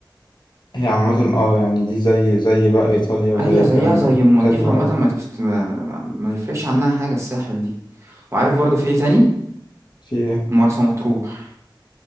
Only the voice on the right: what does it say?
هي
زيها زي
المالديف
عامه
ما تفت... ما ما يفرقش عنها حاجه الساحل دي وعارف برضو في ايه تاني
مرسى مطروح